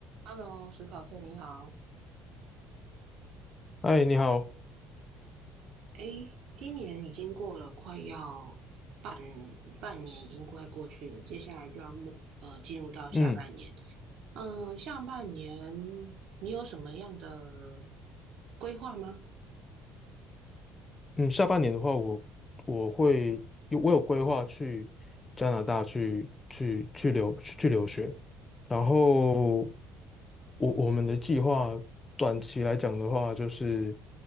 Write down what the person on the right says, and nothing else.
Hello，史考特，你好。
诶，今年已经过了，快要半半年，已经快过去了。接下来就要目呃进入到下半年。
嗯、下半年你有什么样的规划吗？